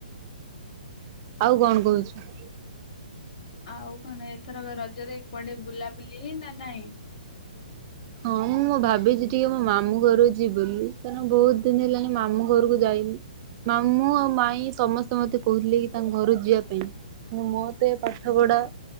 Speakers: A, on the right; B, on the left.
A: ଆଉ କଣ କହୁଛୁ?
B: ଆଉ କଣ ଏଥର ରଜରେ କୁଆଡେ ବୁଲାବୁଲି ହେଇ ନା ନାଇଁ?
A: ହଁ ମୁଁ ମୁଁ ଭାବିଛି ଟିକେ ମୋ ମାମୁଁ ଘରୁ ଯିବି ବିଲି। କାରଣ ବହୁତ ଦିନ ହେଲାଣି ମାମୁଁ ଘରକୁ ଯାଇନି। ମାମୁଁ ଆଉ ମାଇଁ ସମସ୍ତେ ମତେ କହୁଥିଲେ କି ତାଙ୍କ ଘରୁ ଯିବା ପାଇଁ। ମୋତେ ପାଠ ପଢା